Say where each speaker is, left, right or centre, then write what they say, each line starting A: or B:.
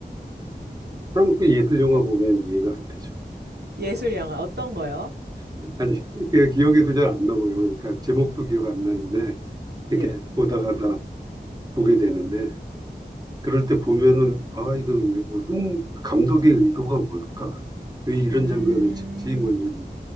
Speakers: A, on the right; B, on the right.
A: 프랑스 예술 영화 보면 이해가 안 되죠.
B: 예술 영화 어떤 거요?
A: 아니, <laughs> 그 기억에도 잘 안 나고요. 그러니까 제목도 기억 안 나는데,
B: 네.
A: 이렇게 보다 가다 보게 되는데, 그럴 때 보면은 아 이거 무슨 감독의 의도가 뭘까? 왜 이런
B: 음.
A: 장면을 찍지? 뭐 이런